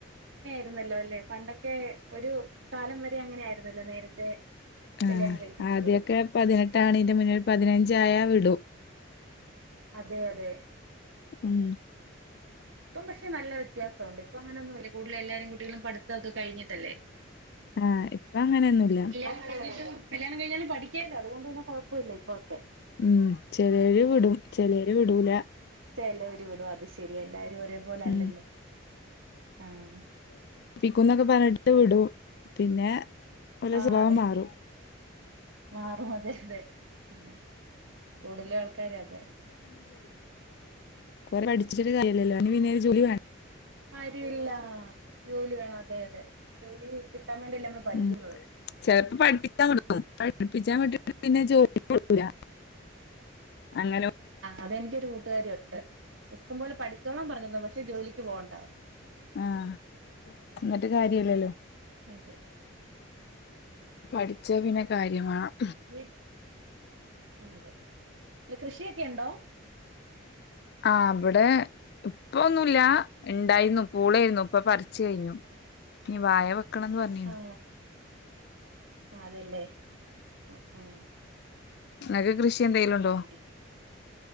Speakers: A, on the right; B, on the left.
A: രുന്നല്ലോ അല്ലെ പണ്ടൊക്കെ ഒരു കാലം വരെ അങ്ങനെ ആയിരുന്നല്ലോ നേരത്തെ
B: ആ
A: കല്യാണം കഴിപ്പിച്ചു
B: ആദ്യൊക്കെ
A: വിടും
B: പതിനെട്ടാണ് ഇന്റെ മുന്നിൽ പതിനഞ്ച് ജായ വിടൂ
A: അതെ അതെ
B: ഉം
A: ഇപ്പം പക്ഷെ നല്ല വ്യത്യാസമുണ്ട് ഇപ്പൊ അങ്ങനൊന്നുമല്ലേ കൂടുതൽ എല്ലാരും കുട്ടികളും പഠിത്തംതോക്കെ കഴിഞ്ഞിട്ടല്ലേ
B: ആഹ ഇപ്പ അങ്ങനെയൊന്നുമല്ല
A: കല്യാണം കഴിഞ്ഞിട്ടും കല്യാണം കഴിഞ്ഞാലും പഠിക്കില്ല അതുകൊണ്ട്ന്നെഴപ്പമില്ല ഇപ്പൊക്കെ
B: ഉം ചിലര് വിടും ചിലര് വിടൂല
A: എല്ലാവരും വിടും അത് ശെരി എല്ലാവരും ഒേ പോോലല്ലല്ലോ
B: ഉം
A: ആഹ
B: കുമെന്നെ പറഞ്ഞിടെ വിടും പിന്നെ ഓലെ
A: ആ
B: സ്വഭാവം
A: അതെ
B: മാറും
A: മാറും <unintelligible> <unintelligible> ഉം കൂടുതൽ ആൾക്കാരെ അതെ
B: കൊറേ പഠി പഠിച്ചിട്ട് കാര്യല്ലല്ലോ അതിന് പിന്നെ ഒരു ജോലി വേ
A: കാര്യല്ല ജോലി വേണം അതെ അതെ ജോലി കിട്ടി കിട്ടാൻ വേണ്ടിഅല്ലെ നമ്മൾ പഠിക്കുന്നത്
B: ഉം ചെലപ്പോ പഠിപ്പിച്ചാൻ വിടും പഠിപ്പിച്ചാൻ വിട്ടിട്ട് പിന്നെ ജോലിക്ക് വിടൂല അങ്ങനെ
A: അത് എനിക്ക് ഒരു കൂട്ടുകാരിഉണ്ട് ഇഷ്ടം പോലെ പഠി ച്ചോളാൻ പറഞ്ഞതാ പക്ഷേ ജോലി പോവണ്ട
B: ആഹ് എന്നിട്ട് കാര്യല്ലല്ലോ
A: അതെ
B: പഠിച്ചാ പിന്നെ കാര്യം വേണം.
A: വിട്ട് ആ അതെ കൃഷി ഒക്കെ ഉണ്ടോ
B: ആ അവിടെ ഇപ്പ ഒന്നുല്ല ഇണ്ടായിരുന്നു പുള്ളേയിരുന്നു ഇപ്പം പറിച്ചു കയിഞ്ഞു ഇനി വാഴ വെക്ക് ക്കണെന്ന് പറഞ്ഞീന്നാ
A: ആ അതെല്ലേ ആ ആ
B: നാഴാ കൃഷി എന്തേലും ഉണ്ടോ
A: ശരി